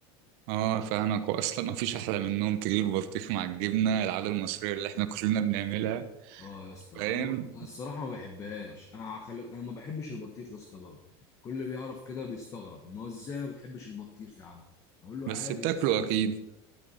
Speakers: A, on the right; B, on the left.
A: اه فاهمك واصلا ما فيش احلى من انهم تجيب البطيخ مع الجبنه العاده المصريه اللي احنا كلنا بنعملها
B: اه يا اسطى
A: فاهم
B: انا ب- أنا الصراحه ما بحبهاش انا خلي انا ما بحبش البطيخ يا اسطى برضه كل اللي بيعرف كده بيستغرب ان هو ازاي ما بتحبش البطيخ يا عم اقول له
A: بس
B: عادي
A: بتاكله
B: يا اسطى انا
A: اكيد